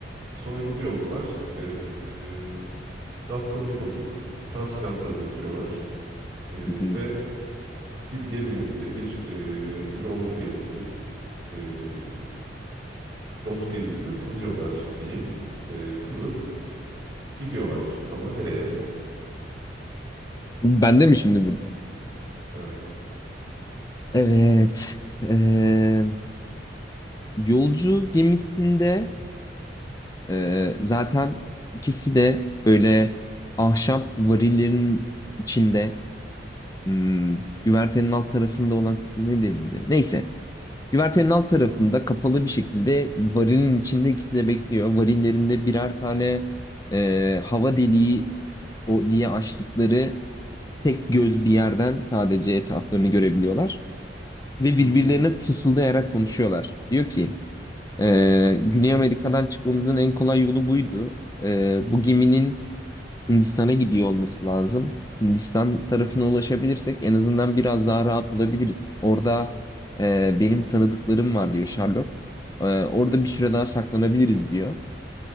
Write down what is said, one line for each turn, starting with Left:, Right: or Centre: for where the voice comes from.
Right: Sonra gidiyorlar. E, e, Raskolnikov'un tahsilatlarını yapıyorlar. E,
Left: Hı hı.
Right: ve bir geminin, e, bir e, yolcu gemisinin e, yolcu gemisine sızıyorlar diyeyim. E, sızıp gidiyorlar. Ama nereye?
Left: Bende mi şimdi burada?
Right: Evet.
Left: Evet. eee, yolcu gemisinde eee, zaten ikisi de böyle ahşap varillerin içinde hmm, güvertenin alt tarafında olan kısmı ne denildi? Neyse. Güvertenin alt tarafında kapalı bir şekilde varilin içinde ikisi de bekliyor. Varillerinde birer tane eee, hava deliği o diye açtıkları tek göz bir yerden sadece etraflarını görebiliyorlar. ve
Right: Hı
Left: birbirlerine
Right: hı.
Left: fısıldayarak konuşuyorlar. Diyor ki "Ee, Güney Amerika'dan çıkmamızın en kolay yolu buydu. Ee, bu geminin Hindistan'a gidiyor olması lazım. Hindistan tarafına ulaşabilirsek en azından biraz daha rahat olabiliriz. Orada e, benim tanıdıklarım var diyor Sherlock. Ee, orada bir süre daha saklanabiliriz diyor.